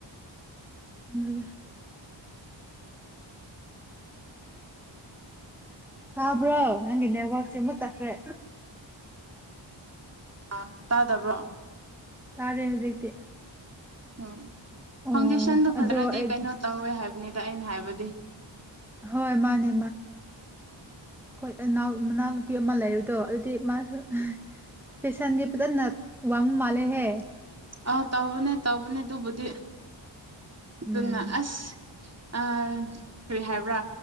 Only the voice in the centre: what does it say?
<unintelligible> ꯇꯥꯕ꯭ꯔꯣ ꯅꯪꯒꯤ ꯅꯦꯠꯋꯔꯛꯁꯦ ꯃꯨꯠ ꯇꯥꯠꯈ꯭ꯔꯦ
ꯇꯥꯔꯦ ꯍꯧꯖꯤꯛꯇꯤ
ꯑꯣ
ꯑꯗꯣ
ꯑꯩ
ꯍꯣꯏ ꯃꯥꯅꯦ ꯃꯅꯥꯎ ꯃꯅꯥꯎ ꯅꯨꯄꯤ ꯑꯃ ꯂꯩꯕꯗꯣ ꯑꯗꯨꯗꯤ ꯃꯥꯁꯨ ꯐꯦꯁꯟꯗꯤ ꯐꯖꯅ ꯋꯥꯡꯕ ꯃꯥꯟꯂꯦ ꯍꯦ
ꯎꯝ